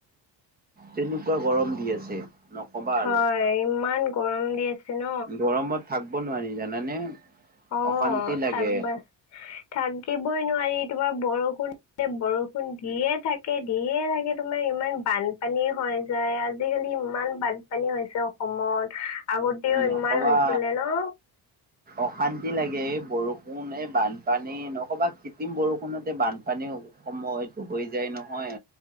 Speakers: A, on the right; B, on the left.
A: তেনেকুৱা গৰম দি আছে। নকবা
B: হয়
A: আৰু
B: ইমান গৰম দি আছে। ন
A: গৰমত থাকিব নোৱাৰি জানানে।
B: অ
A: অশান্তি লাগে
B: থাকিবা থাকিবই নোৱাৰি তোমাৰ বৰষুণ বৰষুণ দিয়ে থাকে দিয়ে থাকে তোমাৰ ইমান বানপান পানী হৈ যায় আজিকালি ইমান বানপানী হৈছে অসমত। আগত তেওঁও
A: নকবা
B: ইমান হৈছিলে ন?
A: অশান্তি লাগে, এই বৰষুণ এই বানপানী নকবা কৃত্ৰিম বৰষুণতে বানপানী হ' সময়টো হৈ যায় নহয়।